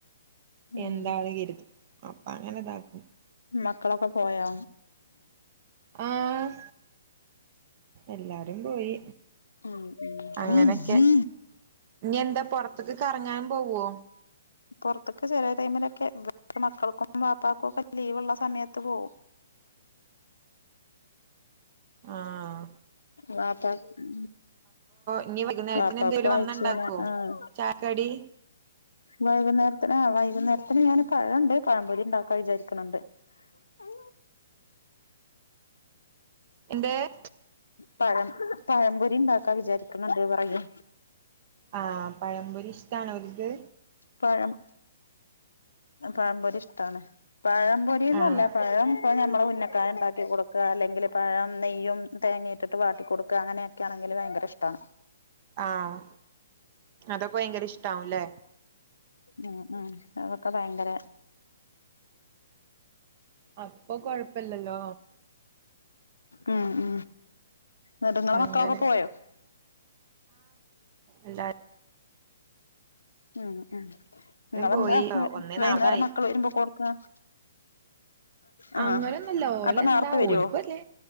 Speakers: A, on the left; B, on the right.
A: ഉം
B: എന്താാണ് കരുതും അപ്പ അങ്ങനെ ഇതാക്കും
A: മക്കളൊക്കെ പോയാ
B: ആഹ എല്ലാരും പോയി
A: ആ
B: അങ്ങനൊക്കെ
A: അ ജീ
B: ഇനി എന്താ പുൊറത്തേക്ക് കറങ്ങാൻ പോവോ
A: പുറത്തൊക്കെ ചെറ ടൈമിലൊക്കെ മക്കൾക്കും പാപ്പക്കും ഒക്കെ ലീവള്ള സമയത്ത് പോകവും
B: ആഹ
A: വാപ്പ ഉ
B: ഇനി വൈകുന്നേരത്തിന്
A: വാപ്പക്ക്
B: എന്തേലും
A: വായിച്ചുന്ന
B: വന്നുണ്ടാക്കുവോ
A: ആഹ
B: ചായക്കടി
A: വൈകുന്നേരത്തിന് ആ വൈകുന്നേരത്തിന് ഞാാന് പഴണ്ട് പഴംപൊലി ഉണ്ടാക്കാൻ വിചാരിക്കുന്നുണ്ട് ആ
B: എന്റെറെ
A: പഴം പഴംകൊരി ഉണ്ടാക്കാ വിചാരിക്കുന്നുണ്ട് പറയേ
B: ആഹ പഴമ്പപൊരി ഇഷ്ടണ ഒക്ക്
A: പറം പഴം പൊരി ഇഷ്ടമാണ് പഴം പൊരിന്നല്ല
B: ആഹ്
A: പഴം ഇപ്പോ ഞമ്മെ ഉുന്നക്കായ ഉണ്ടാക്കി കൊടുക്കുക അല്ലെങ്കിൽ പഴം നെയ്യും തേങ്ങ ഇട്ടിട്ട് വാട്ടിിക്കൊടുക്കുക അങ്ങനെയൊക്കൊണെങ്കിൽ ഭയങ്കര ഇഷ്ടമാണ്
B: ആഹ് അതൊക്കെ ഭയങ്കര ഇഷ്ടവുംല്ലെ
A: ഉ ഉ അതൊക്കെ ഭയങ്കര
B: അപ്പൊ കൊഴപ്പില്ലല്ലോ
A: ഉം ഉ നെടുങ്ങളെ
B: അങ്ങനെ
A: മക്കളൊക്കെ പോയോ
B: അല്ലാ
A: ഉം ഉ നിങ്ങെന്താ
B: പോയി ഒന്നേ
A: വൈകുന്നേരം
B: നാപ്പതായി
A: മക്കൾ വരുമ്പോ കൊടുക്ക <unintelligible> ആ
B: അങനെന്നുമല്ല ഓല
A: അപ്പൊ നേർത്തെ
B: എന്താ
A: വരുവോ
B: ഓലക്ക അല്ലേ